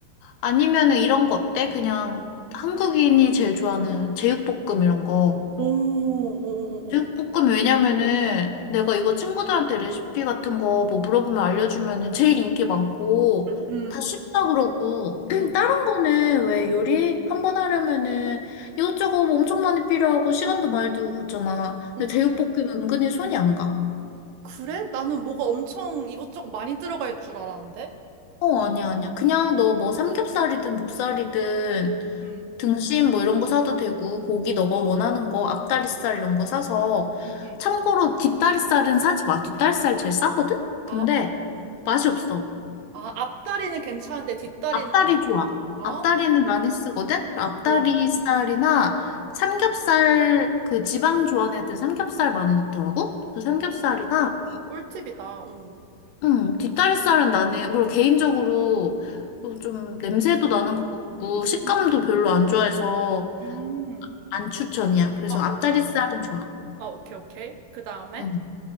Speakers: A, on the left; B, on the right.
A: 아니면은 이런 거 어때? 그냥 한국인이 제일 좋아하는 제육볶음 이런 거.
B: 오, 오,
A: 제육볶음
B: 오, 오.
A: 왜냐면은 내가 이거 친구들한테 레시피 같은 거 뭐 물어보면 알려주면은 제일 인기 많고
B: 음,
A: 다 쉽다 그러고 <clears throat>
B: 음,
A: 다른 거는 왜 요리 한번 하려면은 이것저것 뭐 엄청 많이 필요하고 시간도 많이 들고 그렇잖아.
B: 음.
A: 근데 제육볶음 은근히 손이 안 가.
B: 그래? 나는 뭐가 엄청 이것저것 많이 들어갈 줄 알았는데?
A: 어, 아니야, 아니야. 그냥 너 뭐 삼겹살이든 목살이든
B: 음,
A: 등심 뭐 이런 거 사도 되고 고기 너가 원하는 거 앞다리살 이런 거 사서
B: 음, 음.
A: 참고로 뒷다리살은 사지 마. 뒷다리살 제일 싸거든?
B: 아,
A: 근데
B: 어, 음.
A: 맛이 없어.
B: 아, 앞다리는 괜찮은데 뒷다리는
A: 앞다리 좋아.
B: 아,
A: 앞다리는 많이 쓰거든? 앞다리살이나
B: 오, 오,
A: 삼겹살 그 지방 좋아하는 삼겹살 많이 넣더라고. 그래서 삼겹살이나
B: 오, 꿀팁이다. 오.
A: 음, 뒷다리살은 나는 뭘 개인적으로 어, 좀 냄새도 나는 것 같고 식감도
B: 음,
A: 별로 안 좋아해서
B: 음.
A: 안 추천이야. 그래서
B: 아,
A: 앞다리살은
B: 오.
A: 좋아.
B: 아, 오케이, 오케이. 그 다음에?
A: 음.